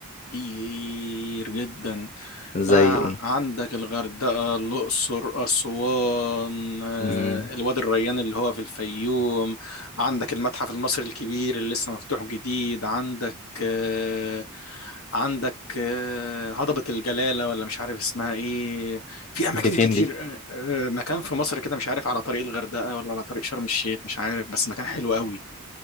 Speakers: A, on the left; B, on the left.
A: كتير جدا
B: زي
A: آه
B: ايه
A: عندك الغردقه الاقصر اسوان آه
B: امم
A: الوادي الريان اللي هو في الفيوم عندك المتحف المصري الكبير اللي لسه مفتوح جديد عندك آه، عندك آه، هضبة الجلالة ولا مش عارف اسمها ايه في اماكن
B: دي فين
A: كتير
B: دي
A: آه، آه، مكان في مصر كده مش عارف على طريق الغردقة ولا على طريق شرم الشيخ مش عارف بس مكان حلو قوي